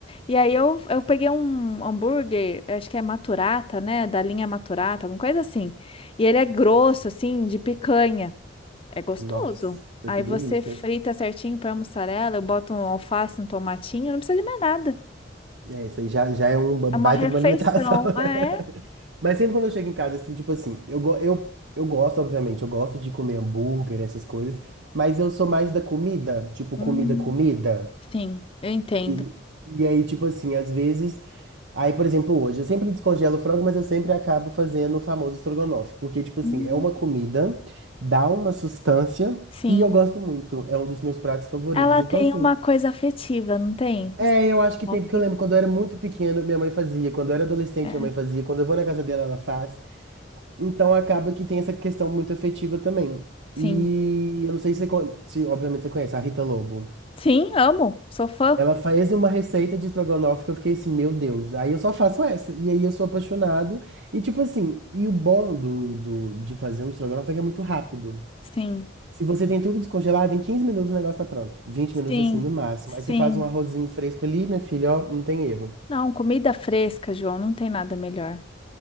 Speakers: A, on the left (about 30°); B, on the right (about 80°).
A: E aí eu, eu peguei um hambúrguer, acho que é Maturata, né? Da linha Maturata, alguma coisa assim. E ele é grosso, assim, de picanha. É gostoso.
B: Nossa,
A: Aí
B: que
A: você
B: delícia.
A: frita certinho, põe a mussarela, eu boto um alface, um tomatinho, não precisa de mais nada.
B: É, isso aí já, já é um ba-
A: É
B: baita
A: uma refeição,
B: de uma alimentação. <laughs>
A: ah, é.
B: Mas sempre quando eu chego em casa, assim, tipo assim, eu, go- eu, eu gosto, obviamente, eu gosto de comer hambúrguer, essas coisas, mas eu sou mais da comida, tipo,
A: Hum,
B: comida, comida.
A: sim, eu entendo.
B: E, e aí, tipo assim, às vezes. Aí, por exemplo, hoje, eu sempre descongelo o frango, mas eu sempre acabo fazendo o famoso estrogonofe, porque, tipo assim,
A: Hum,
B: é uma comida, dá uma sustância.
A: sim,
B: E eu gosto muito, é um dos meus pratos favoritos.
A: ela
B: Então,
A: tem
B: assim,
A: uma coisa afetiva, não tem?
B: É, eu acho
A: Snoop,
B: que tem, porque eu lembro quando eu era muito pequeno, minha mãe fazia. Quando eu era adolescente,
A: É,
B: minha mãe fazia. Quando eu vou na casa dela, ela faz. Então acaba que tem essa questão muito afetiva também.
A: sim.
B: E eu não sei se, você, con- se obviamente você conhece a Rita Lobo.
A: Sim, amo, sou fã.
B: Ela faz uma receita de estrogonofe que eu fiquei assim, meu Deus, aí eu só faço essa. E aí eu sou apaixonado. E tipo assim, e o bom do, do, de fazer um estrogonofe é que é muito rápido.
A: Sim,
B: Se você tem tudo descongelado, em 15 minutos o negócio tá pronto. 20
A: sim,
B: minutos assim, no máximo.
A: sim.
B: Aí você faz um arrozinho fresco ali, minha filha, ó, não tem erro.
A: Não, comida fresca, João, não tem nada melhor.